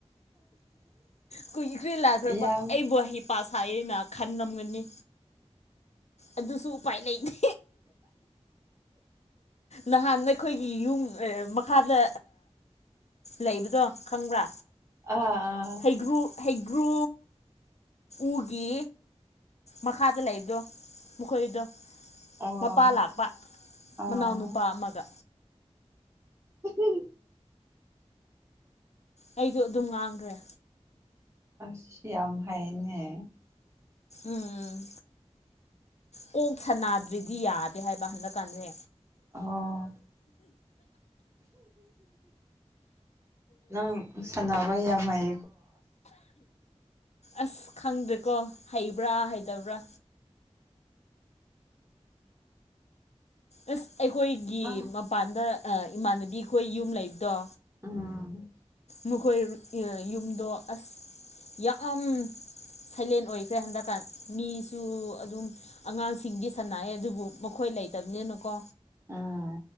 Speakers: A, on the left; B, on the right.
A: ꯀꯨꯏꯒꯤ ꯀꯨꯏꯅ ꯂꯥꯛꯈ꯭ꯔꯕ
B: ꯌꯥꯝ
A: ꯑꯩꯕꯨꯍ ꯄꯁꯥꯏ ꯑꯩꯅ ꯈꯟꯂꯝꯝꯒꯅꯤ ꯑꯗꯨꯁꯨ ꯎꯄꯥꯏ ꯂꯩꯅꯤ ꯅꯍꯥꯟ ꯑꯩꯈꯣꯏꯒꯤ ꯌꯨꯝ ꯃꯈꯥꯗ ꯂꯩꯕꯗꯣ ꯈꯪꯕ꯭ꯔꯥ
B: ꯑꯥ ꯑꯥ
A: ꯍꯩꯒ꯭ꯔꯨ ꯍꯩꯒ꯭ꯔꯨ ꯎꯒꯤ ꯃꯈꯥꯗ ꯂꯩꯕꯗꯣ ꯃꯈꯣꯏꯗꯣ
B: ꯑꯣ
A: ꯃꯄꯥ ꯂꯥꯛꯄ
B: ꯑꯥ
A: ꯃꯅꯥꯎꯅꯨꯄꯥ ꯑꯃꯒ
B: ꯎ
A: ꯑꯩꯗꯣ ꯑꯗꯨꯝ ꯉꯥꯡꯈ꯭ꯔꯦ
B: ꯑꯁꯤ ꯌꯥꯝ ꯍꯥꯏꯅꯦ
A: ꯎꯝ ꯎꯝ ꯀꯣꯛ ꯁꯅꯥꯗ꯭ꯔꯤꯗꯤ ꯌꯥꯗꯦ ꯍꯥꯏꯕ ꯍꯟꯗꯛꯀꯥꯟꯁꯦ
B: ꯑꯣ ꯅꯪ ꯁꯥꯟꯅꯅꯕ ꯌꯥꯝꯃꯥꯏ
A: ꯑꯁ ꯈꯪꯗ꯭ꯔꯦꯀꯣ ꯍꯩꯕ꯭ꯔꯥ ꯍꯩꯗꯕ꯭ꯔꯥ ꯑꯁ ꯑꯩꯈꯣꯏꯒꯤ
B: ꯅꯪ
A: ꯃꯄꯥꯟꯗ ꯏꯃꯥꯟꯅꯕꯤ ꯑꯩꯈꯣꯏ ꯌꯨꯝ ꯂꯩꯕꯗꯣ
B: ꯎꯝ
A: ꯃꯈꯣꯏ ꯌꯨꯝꯗꯣ ꯑꯁ ꯌꯥꯝ ꯁꯥꯏꯂꯦꯟ ꯑꯣꯏꯈ꯭ꯔꯦ ꯍꯟꯗꯛꯀꯥꯟ ꯃꯤꯁꯨ ꯑꯗꯨꯝ ꯑꯉꯥꯡꯁꯤꯡꯗꯤ ꯁꯥꯟꯅꯑꯦ ꯑꯗꯨꯕꯨ ꯃꯈꯣꯏ ꯀ ꯂꯩꯇꯕꯅꯤꯅꯨꯀꯣ
B: ꯑꯥ